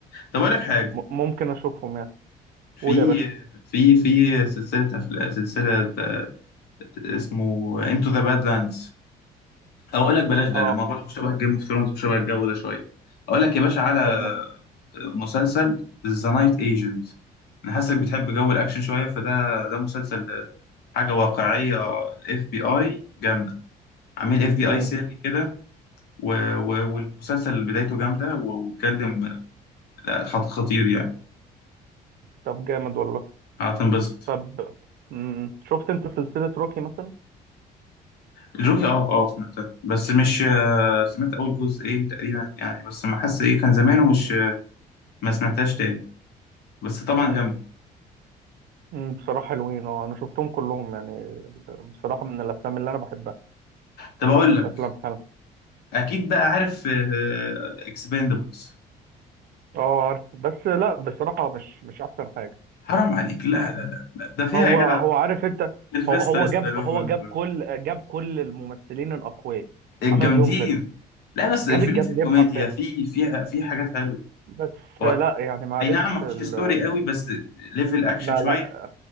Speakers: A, on the left (about 70°); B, on the right (about 65°).
A: طب اقول لك حاجه
B: م- ممكن اشوفهم يعني
A: في
B: قول يا باشا
A: في في سلسله أفلا- سلسله آه، اسمه انتو ذا بادلاندز او اقول لك بلاش ده
B: اه
A: ده ما برضه شبه جيم اوف ثرونز وشبه الجو ده شويه اقول لك يا باشا على
B: تمام
A: مسلسل ذا نايت ايجنت انا حاسسك بتحب جو الاكشن شويه فده ده مسلسل حاجه واقعيه اف بي اي جامده عميل اف بي
B: امم
A: اي سري كده و... و... والمسلسل بدايته جامده و- واتكلم لا خط- خطير يعني
B: طب جامد والله
A: هتنبسط
B: طب امم شفت انت سلسلة روكي مثلا
A: الجوكي اه اه سمعتها بس مش آه، سمعت اول جزئين تقريبا يعني بس ما حاسس ايه كان زمان ومش آه، ما سمعتهاش تاني بس طبعا
B: امم
A: جامده
B: أمم، بصراحة حلوين اه انا شفتهم كلهم يعني بصراحة من الافلام اللي انا بحبها
A: طب اقول لك
B: افلام حلوة
A: اكيد بقى عارف اكسباندبلز
B: اه عارف بس لا بصراحة مش مش احسن حاجة
A: حرام عليك لا لا لا, لا. ده فيها
B: هو
A: يا جدع
B: هو عارف انت
A: سيلفستر
B: هو هو
A: ستالون
B: جاب هو جاب
A: و-
B: كل جاب كل الممثلين الاقوياء
A: الجامدين
B: عمل بيهم فيلم
A: لا بس
B: جاب
A: الفيلم
B: الجامدين
A: فيه كوميديا
B: حرفيا
A: فيه فيها فيه حاجات حلوه
B: بس
A: هو
B: لا يعني معلش
A: اي نعم مفيش
B: ال-
A: ستوري قوي بس ليفل اكشن
B: لا
A: شويه
B: لا